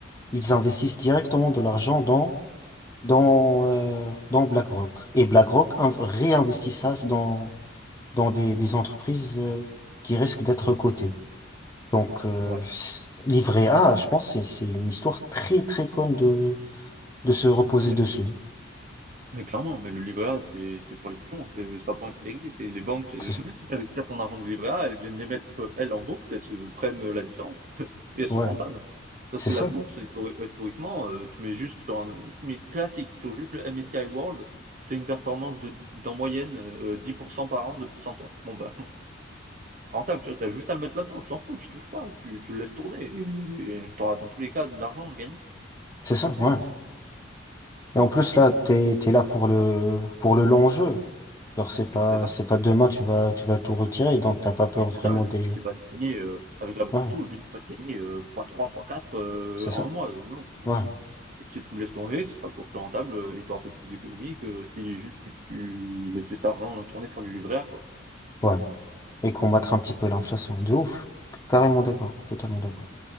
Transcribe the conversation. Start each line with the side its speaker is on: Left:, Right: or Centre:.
Left: ils investissent directement de l'argent dans dans euh, dans BlackRock. Et BlackRock inv- réinvestit ça dans dans des, des entreprises euh, qui risquent d'être cotées. Donc euh,
Right: Ouais.
Left: c- livret A, je pense c'est c'est une histoire très très conne de de se reposer
Right: Ah, mais,
Left: dessus.
Right: mais clairement, mais le livret A, c'est c'est pour les pigeons, c'est c'est pas pour rien qu'il existe. Et les banques, elles,
Left: C'est-
Right: <laughs> elles récupèrent ton argent du livret A, elles viennent les mettre, euh, elles, en bourse, elles se prennent euh, la différence <laughs> et elles sont
Left: Ouais,
Right: rentables. Parce
Left: c'est
Right: que
Left: ça,
Right: la bourse, histori- historiquement, euh, tu mets juste sur un, tu mets classique, sur juste le MSCI World, t'as une performance de, d'en moyenne, euh, 10% par an depuis 100 ans. Bon, bah, rentable, tu vois, t'as juste à le mettre là-dedans, tu t'en fous, tu touches pas, tu, tu le laisses tourner, et et t'auras dans tous les cas de l'argent de gagner.
Left: c'est ça,
Right: C'est
Left: ouais.
Right: c'est-
Left: Et en plus, là, t'es, t'es là pour le, pour le long jeu. Genre, c'est pas,
Right: c'est ça.
Left: c'est pas demain, tu vas, tu vas tout retirer, donc t'as pas peur
Right: Oui, c'est
Left: vraiment
Right: ça, le
Left: des,
Right: but c'est pas de gagner euh, avec la bourse
Left: ouais,
Right: et tout, le but c'est pas de gagner euh, x3, x4 euh,
Left: c'est ça,
Right: en un mois. Non, le
Left: ouais,
Right: but c'est que tu le laisses tourner, ce sera toujours plus rentable euh, et t'auras fait plus d'économies que si juste tu, tu laissais cet argent tourner sur du livret A, quoi.
Left: ouais. Et combattre un petit peu l'inflation, de ouf. Carrément d'accord, totalement d'accord.